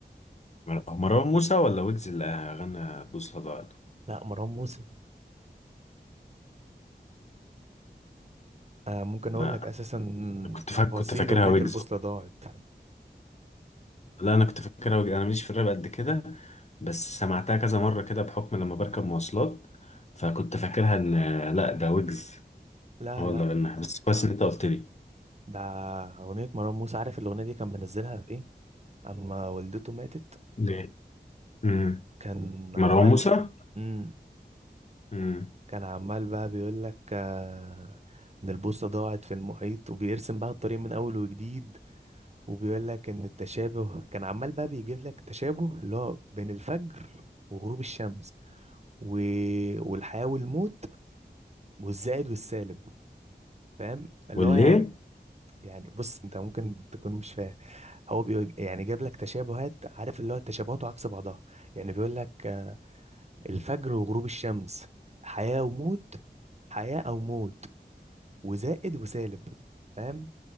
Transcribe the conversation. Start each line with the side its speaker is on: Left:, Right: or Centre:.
Left: مر- هو مروان موسى ولا ويجز اللي غنى بوصلة ضاعت
Right: لا مروان موسى آه ممكن أقول
Left: لا
Right: لك أساسا
Left: أنا كنت
Right: تفاصيل
Left: فاكر كنت فاكرها
Right: أغنية
Left: ويجز
Right: البوصلة ضاعت
Left: لا انا كنت فاكرها ويجز انا ماليش في الراب قد كده بس سمعتها كذا مرة كده بحكم لما بركب مواصلات فكنت فاكرها ان لا ده ويجز
Right: لا
Left: هو
Right: لا
Left: اللي غناها بس كويس ان انت قلت لي
Right: ده أغنية مروان موسى عارف الأغنية دي كان منزلها في إيه أما والدته ماتت
Left: ليه امم
Right: كان
Left: مروان
Right: عمال
Left: موسى
Right: مم.
Left: امم
Right: كان عمال بقى بيقول لك آه إن البوصلة ضاعت في المحيط وبيرسم بقى الطريق من أول وجديد وبيقول لك إن التشابه كان عمال بقى بيجيب لك تشابه اللي هو بين الفجر وغروب الشمس و... والحياة والموت والزائد والسالب فاهم اللي
Left: والايه
Right: هو يعني يعني بص انت ممكن تكون مش فاهم هو بي... يعني جاب لك تشابهات عارف اللي هو التشابهات وعكس بعضها يعني بيقول لك آه، الفجر وغروب الشمس حياة وموت حياة او موت وزائد وسالب فاهم